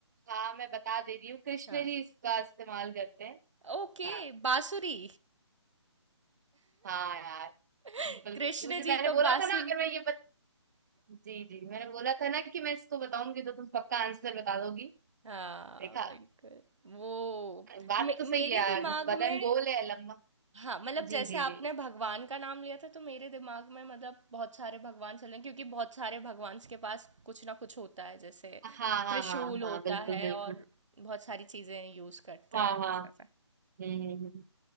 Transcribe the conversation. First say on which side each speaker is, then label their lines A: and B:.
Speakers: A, on the right; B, on the right.
A: हाँ मैं बता दे रही हूँ कृष्ण
B: हाँ
A: जी इसका इस्तेमाल करते हैं
B: ओके
A: हाँ
B: बांसुरी
A: हाँ यार
B: <laughs>
A: बिल्कुल
B: कृष्ण
A: मुझे
B: जी
A: मैंने
B: तो
A: बोला
B: बांसुरी
A: था ना अगर मैं ये बत... जी जी मैंने बोला था ना कि मैं इसको बताऊंगी तो तुम पक्का आंसर बता दोगी
B: हाँ
A: देखा
B: बिल्कुल वो
A: बात
B: मे,
A: तो सही
B: मेरे
A: है यार
B: दिमाग
A: बदन
B: में
A: गोल है लंबा
B: हाँ मतलब
A: जी
B: जैसे
A: जी
B: आपने
A: जी
B: भगवान का नाम लिया था तो मेरे दिमाग में मतलब बहुत सारे भगवान चल रहे हैं क्योंकि बहुत सारे भगवान के पास कुछ ना कुछ होता है जैसे
A: हाँ हाँ
B: त्रिशूल
A: हाँ
B: होता
A: हाँ बिल्कुल
B: है
A: बिल्कुल
B: और बहुत सारी चीजें यूज करते
A: हाँ
B: हैं
A: हाँ
B: ऐसा-
A: हम्म हम्म, हम्म।